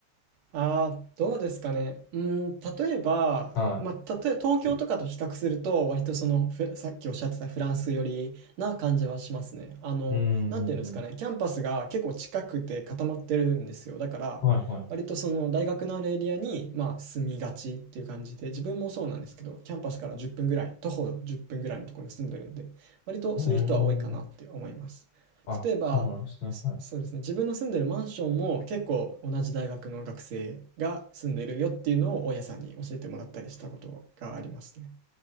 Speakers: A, on the right (about 50°); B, on the left (about 50°).
A: あー、どうですかね。うーん、例えば、
B: は
A: まあ、例え、東京とかと比較すると、割とその、ふさっきおっしゃってたフランス寄りな感じはしますね。あの、
B: い。うん、うん、
A: なんていうんですかね、
B: うん。
A: キャンパスが結構近くて固まってるんですよ。だから、
B: はい、はい。
A: 割とその大学のあるエリアに、まあ、住みがちっていう感じで、自分もそうなんですけど、キャンパスから1分ぐらい、徒歩10分ぐらいのところに住んでるんで、割とそういう人は多いかなって思います。
B: えー、あ、
A: 例えば、
B: そうなんですね。はい。
A: そうですね。自分の住んでるマンションも結構同じ大学の学生が住んでるよっていうのを大家さんに教えてもらったりしたことがありますね。